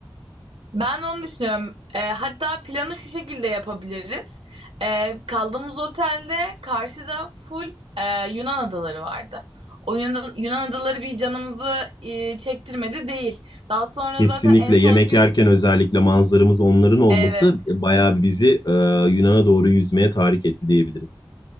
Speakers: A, on the right; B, on the left.
A: Ben de onu düşünüyorum. Ee, hatta planı şu şekilde yapabiliriz. Ee, kaldığımız otelde karşıda full e, Yunan adaları vardı. O Yunan, Yunan adaları bir canımızı e, çektirmedi değil. Daha sonra
B: Kesinlikle
A: zaten en son
B: yemek
A: gün
B: yerken özellikle manzaramız onların olması
A: evet
B: bayağı bizi e, Yunan'a doğru yüzmeye tahrik etti diyebiliriz.